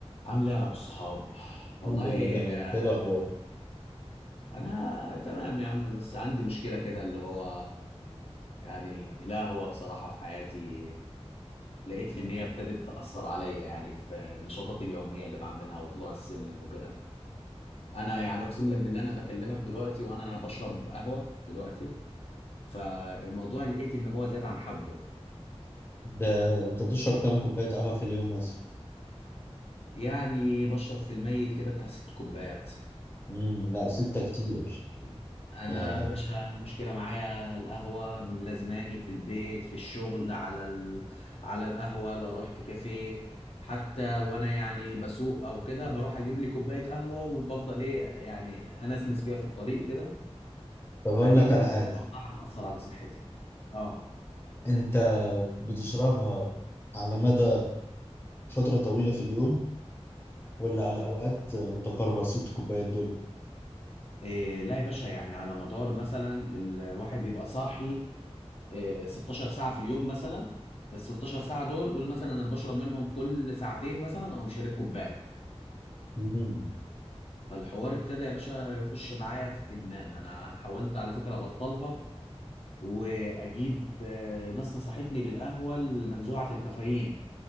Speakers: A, on the left; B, on the left.
A: عاملة إيه يا أبو الصحاب والله
B: الحمد لله تمام
A: آه،
B: انت ايه الاخبار
A: أنا تمام يا عم بس عندي مشكلة كده اللي هو يعني القهوة بصراحة في حياتي لقيت إن هي ابتدت تأثر عليا يعني في نشاطاتي اليومية اللي بعملها وطلوع السلم وكده أنا يعني أقسم لك بالله أنا بكلمك دلوقتي وأنا بشرب قهوة دلوقتي فالموضوع لقيت إن هو زاد عن حده
B: ده انت بتشرب كام كوبايه قهوه في اليوم مثلا
A: يعني بشرب في الميت كده بتاع ست كوبايات
B: امم لا ستة كتير
A: انا
B: آه.
A: باشا مشكله معايا القهوه ملازماني في البيت في الشغل على ال... على القهوه لو رحت كافيه حتى وانا يعني بسوق او كده بروح اجيب لي كوبايه قهوه وبفضل ايه يعني انسنس فيها في الطريق كده
B: طب
A: فلقيت
B: هقول لك
A: ان
B: على حاجه
A: الموضوع بصراحه مأثر على صحتي اه
B: انت بتشربها على مدى فتره طويله في اليوم ولا على اوقات متقاربه الست كوبايات دول
A: إيه لا يا باشا يعني على مدار مثلا ال- الواحد بيبقى صاحي إيه 16 ساعه في اليوم مثلا ال 16 ساعه دول قول مثلا انا بشرب منهم كل ساعتين مثلا او مشارب كوبايه
B: امم
A: فالحوار ابتدى يا باشا يخش معايا في ادمان انا حاولت على فكره ابطلها واجيب آه، ناس نصحتني بالقهوه المنزوعه الكافيين